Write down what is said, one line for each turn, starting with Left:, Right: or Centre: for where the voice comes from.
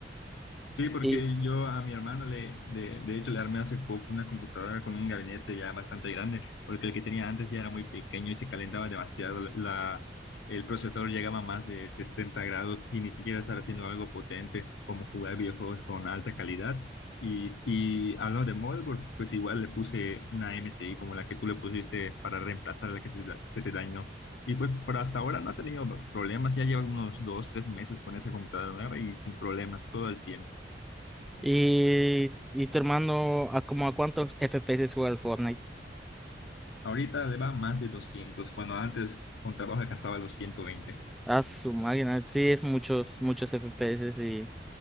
Left: Sí, porque
Centre: y,
Left: yo a mi hermano le, de, de hecho, le armé hace poco una computadora con un gabinete ya bastante grande, porque el que tenía antes ya era muy pequeño y se calentaba demasiado. La, el procesador llegaba a más de 60 grados y ni siquiera estaba haciendo algo potente como jugar videojuegos con alta calidad. Y, y hablando de motherboards, pues igual le puse una MSI como la que tú le pusiste para reemplazar la que se, da- se te dañó. Y pues por hasta ahora no ha tenido problemas, ya lleva unos dos, tres meses con esa computadora nueva y sin problemas, todo al 100.
Centre: y, y tu hermano a como a cuántos FPS juega el Fortnite.
Left: Ahorita le va más de 200 cuando antes con trabajo alcanzaba los ciento veinte
Centre: A su máquina, sí, es muchos, muchos FPS y